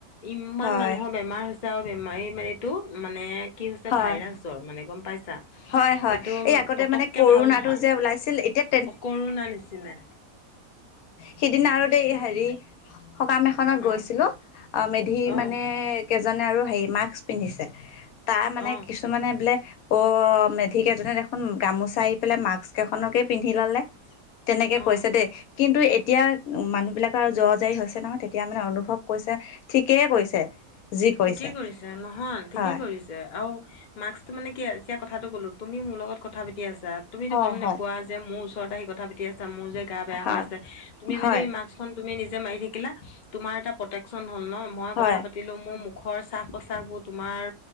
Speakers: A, on the left; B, on the left.
A: ইমান
B: হয়
A: মানুহৰ বেমাৰ হৈছিল ছে আও বেমাৰী মাৰীটো মানে কি হৈছে
B: হয়
A: ভাইৰাছ জ্বৰ মানে গম পাইছা
B: হয় হয়
A: এইটো
B: এই আগতে
A: পতককে
B: মানে কৰোণাটো
A: ভাল নহয়।
B: যে ওলাইছিল এতিয়া
A: অ', কৰোণা নিচিনাই।
B: সেইদিনা আৰু দেই হেৰি সকাম এখনত গৈছিলোঁ
A: অ
B: অ', মেধি
A: অ',
B: মানে কেইজনে আৰু হেৰি মাস্ক পিন্ধিছে তাৰ মানে
A: অ',
B: কিছুমানে বোলে অ', মেধি কেইজনে দেখোন গামোচা আহি পেলাই মাস্ক এখনকে পিন্ধি ল'লে। তেনেকে কৈছে
A: অ',
B: দেই কিন্তু এতিয়া উম, মানুহবিলাকৰ আৰু জ্বৰ জাৰী হৈছে নহয় তেতিয়া মানে অনুভৱ কৈছে, ঠিকেই কৈছে। যি কৈছে
A: ঠিকে কৰিছে, নহয় ঠিকে
B: হয়
A: কৰিছে। আৰু মাক্সটো মানে কি এতিয়া কথাটো ক'লো তুমি মোৰ লগত কথা পাতি আছ ছা তুমিতো
B: হয়
A: গম নপোৱা
B: হয়
A: যে মোৰ ওচৰত আহি কথা পাতি আছ ছা মোৰ যে গা বেয়া
B: হয়
A: হৈ আছে, তুমি
B: হয়
A: যদি মাক্সখন নিজে মাৰি থাকিলা, তোমাৰ এটা প্ৰটেকচন হ'ল নহ, মই
B: হয়
A: কথা পাতিলোম মোৰ মুখৰ শ্বাস-প্ৰশ্বাসবোৰ তোমাৰ